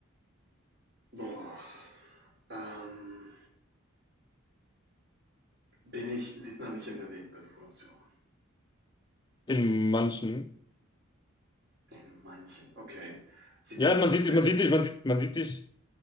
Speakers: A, on the right (about 50°); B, on the left (about 20°).
A: Boah. Ähm, Bin ich, sieht man mich in Bewegtbildproduktion?
B: In manchen.
A: In manchen, okay. Sieht
B: Ja,
A: man mich
B: man
A: in
B: sieht
A: Filmen?
B: dich, man sieht dich, man sieht, man sieht dich,